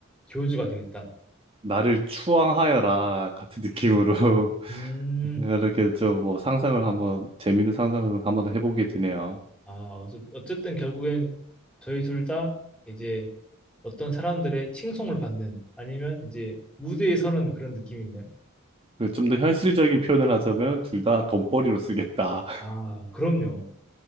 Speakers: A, in the centre; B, on the right (about 25°).
A: 교주가 되겠다.
B: 나를 추앙하여라 같은 느낌으로
A: 음,
B: <laughs> 이렇게 좀 뭐 상상을 한번 재밌는 상상을 한번 해보게 되네요.
A: 아, 어째- 어쨌든 결국엔 저희 둘 다 이제 어떤 사람들의 칭송을 받는 아니면 이제 무대에 서는 그런 느낌이네요.
B: 좀 더 현실적인 표현을 하자면 둘 다 돈벌이로 쓰겠다.
A: 아, 그럼요.